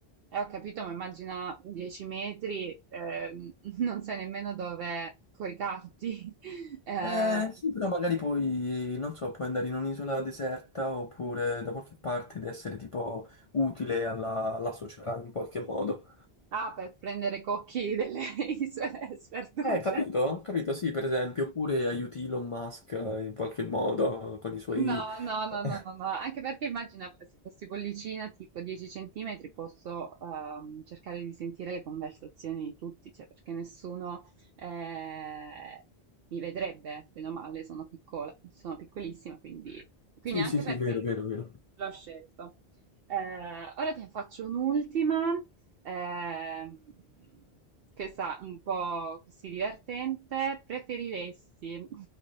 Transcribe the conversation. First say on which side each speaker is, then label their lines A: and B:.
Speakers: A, on the right; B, on the left.
A: Eh, ho capito, ma immagina 10 metri, ehm, <laughs> non sai nemmeno dove coricarti. <laughs> Ehm,
B: Eh, sì, però magari poi, non so, puoi andare in un'isola deserta oppure da qualche parte ed essere tipo utile alla alla società in qualche modo.
A: ah, per prendere cocchi delle <laughs> isole sperdute.
B: Eh, capito? Capito, sì, per esempio, oppure aiuti Elon Musk eh, in qualche modo con i suoi...
A: No, no, no,
B: <laughs>
A: no, no, no, anche perché immagina se fossi pollicina tipo 10 centimetri posso ehm, cercare di sentire le conversazioni di tutti, cioè perché nessuno eh, mi vedrebbe, bene o male, sono piccola, sono piccolissima, quindi, quindi
B: Sì,
A: anche
B: sì, sì,
A: per
B: vero,
A: quello
B: vero,
A: l'ho
B: vero.
A: l'ho scelto. Eh, ora ti ne faccio un'ultima Ehm, questa un po' così divertente. Preferiresti